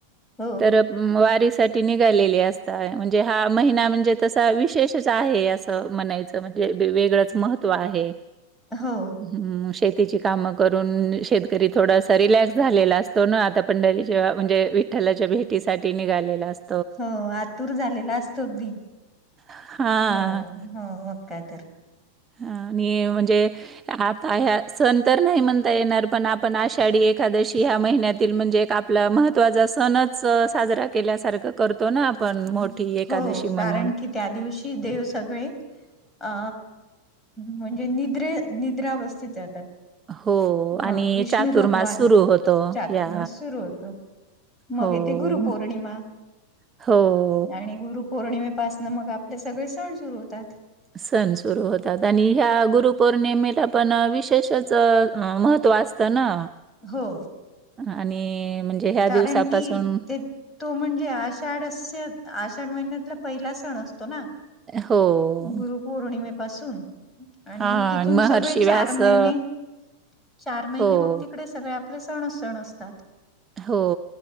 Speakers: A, in the centre; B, on the right (about 20°).
A: हो
B: तर वारीसाठी निघालेली असत म्हणजे हा महिना म्हणजे तसा विशेषच आहे असं म्हणायचं म्हणजे वेगळंच महत्त्व आहे
A: हो
B: ह् शेतीची कामं करून शेतकरी थोडासा रिलॅक्स झालेला असतो ना आता पण डारे जेव्हा म्हणजे विठ्ठलाच्या भेटीसाठी निघालेला असतो
A: हो आतुर झालेला असतो अगदी
B: हां.
A: हो हो मग काय तर.
B: हा आणि म्हणजे आता ह्या सण तर नाही म्हणता येणार पण आपण आषाढी एकादशी ह्या महिन्यातील म्हणजे आपला महत्त्वाचा सणच साजरा केल्यासारखं करतो ना. पण
A: हम्म
B: मोठी एकादशी
A: हो
B: म्हणून
A: कारण की त्या दिवशी देव सगळे. अ म्हणजे निद्रे निद्रावस्थित जातात
B: हो
A: हा
B: आणि
A: विष्णु
B: चातुर्मास
A: भगवान
B: सुरू होतो
A: चातुर्मास
B: या
A: सुरूत. मग
B: हो.
A: ये ते गुरुपौर्णिमा
B: हो
A: आणि गुरुपौर्णिमेपासन मग आपले सगळे सण सुरू होतात
B: सण सुरू होतात आणि ह्या गुरु. पौर्णिमेला पण विशेषच महत्व असतं ना.
A: हो
B: आणि म्हणजे ह्या
A: कारण
B: दिवसापासून
A: की ते तो म्हणजे आषाढ आषाढ महिन्यातला पहिला सण असतो ना
B: हो.
A: गुरुपौर्णिमे पासून आणि
B: हां
A: मग तिथून
B: महर्षी
A: सगळे चार
B: व्यास
A: महिने
B: अ,
A: चार महिने
B: हो.
A: मग तिकडे सगळे आपले सण उ सण असतात
B: हो